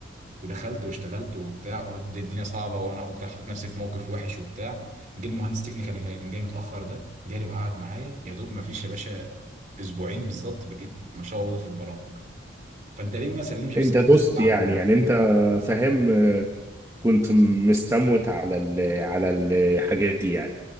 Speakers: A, on the right; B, on the right.
A: ودخلت واشتغلت وبتاع قلت دي الدنيا صعبه وانا قلت حطيت نفسي في موقف وحش وبتاع جه المهندس تكنيكال اللي كان جاي متاخر ده جالي وقعد معايا يا دوب ما فيش يا باشا اسبوعين بالظبط بقيت ما شاء الله في البرامج فانت ليه ما سلمش نفسك
B: انت دوست
A: لسوق العمل
B: يعني يعني
A: في
B: انت
A: ال اه
B: فاهم آه، كنت مستموت على ال على الحاجات دي يعني